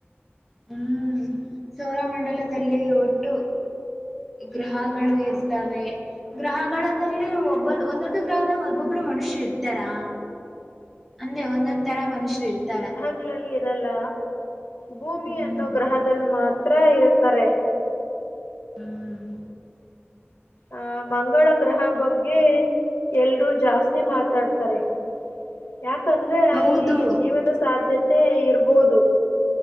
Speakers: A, in the centre; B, on the left.
A: ಹ್ಮ್ ಸೌರಮಂಡಲದಲ್ಲಿ ಒಟ್ಟು ಗ್ರಹಗಳು ಇರ್ತವೆ. ಗ್ರಹದಲ್ಲಿ ಒಬ್ಬೊ ಒಂದೊಂದು ಗ್ರಹದ ಒಬ್ಬೊಬ್ರು ಮನುಷ್ಯರು ಇರ್ತಾರಾ. ಅಂದ್ರೆ ಒಂದೊಂದ್ ತರ ಮನುಷ್ಯರು ಇರ್ತಾರೆ.
B: ಗಳಲ್ಲಿ ಇರಲ್ಲ ಭೂಮಿ
A: ಹ್ಮ್
B: ಅನ್ನೋ ಗ್ರಹದಲ್ಲಿ ಮಾತ್ರ ಇರುತ್ತಾರೆ.
A: ಹ್ಮ್
B: ಆ ಮಂಗಳ ಗ್ರಹ ಬಗ್ಗೆ ಎಲ್ರೂ ಜಾಸ್ತಿ ಮಾತಾಡ್ತಾರೆ. ಯಾಕಂದ್ರೆ
A: ಹೌದು
B: ಅಲ್ಲಿ ಜೀವದ ಸಾಧ್ಯತೆ ಇರ್ಬೋದು.